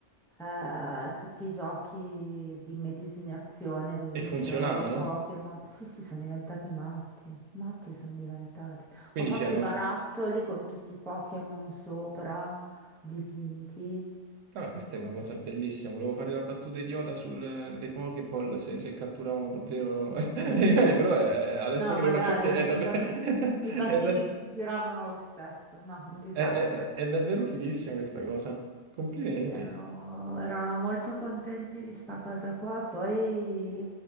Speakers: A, in the centre; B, on the right.
A: eh, tutti i giochi di medesimazione dove
B: e
A: vincevano
B: funzionavano.
A: dei Pokémon. Sì, sì, sono diventati matti, matti sono diventati.
B: Quindi
A: Ho fatto
B: c'erano...
A: i barattoli con tutti i Pokémon sopra, dipinti.
B: Vabbè, questa è una cosa bellissima. Volevo fare la battuta idiota sulle Pokéball se, se catturavano davvero <laughs> gli animali, però è- è- <laughs> adesso
A: No,
B: che
A: magari
B: lo racconti è
A: i
B: davvero,
A: bambini,
B: <laughs>
A: i bambini
B: è, da-
A: giravano lo stesso, no, un disastro.
B: è- è- è è davvero fighissima questa cosa. Complimenti.
A: Sì, erano, erano molto contenti di sta cosa qua. Poi,